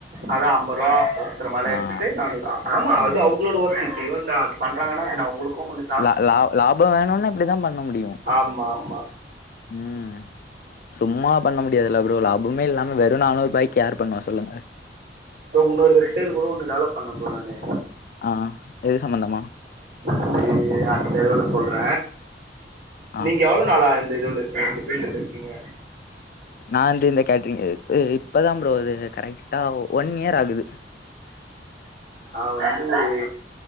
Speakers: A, on the right; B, on the left.
A: அதான் அம்பது ரூபா ஒருத்தரு மேல எடுத்துட்டு
B: ஆ
A: நானூறு ரூபா ஆமா அது
B: நானூறு
A: அவுங்களோ ட்ட ஒருத்தி இப்ப இவன்தான் பண்றாங்கன்னா பின்ன அவுங்களுக்கு கொஞ்சோ
B: ல லா லாபோ வேணுனா இப்படிதான் பண்ண முடியு
A: ஆமா ஆமா
B: ம் சும்மா பண்ண முடியாதில்ல ப்ரோ லாபமே இல்லாம வெறு நானூறு பைக் யார் பண்ணுவா சொல்லுங்க
A: ப்ரோ இன்னொரு வெப்சைட் கூட ஒன்னு டெவலப் பண்ணன் ப்ரோ நானு
B: ஆ எது சம்பந்தமா
A: அது அடுத்த தடவ சொல்ற
B: ஆ
A: நீங்க எவ்ளோ நாளா இந்த இதுவுல இருக்கீங்க இந்த ஃபீல்டுல இருக்கீங்க
B: நா வந்து இந்த கேட்டரிங் இப்பதான் ப்ரோ அது கரெக்டா ஒன் இயர் ஆகுது
A: நா வந்து ஒரு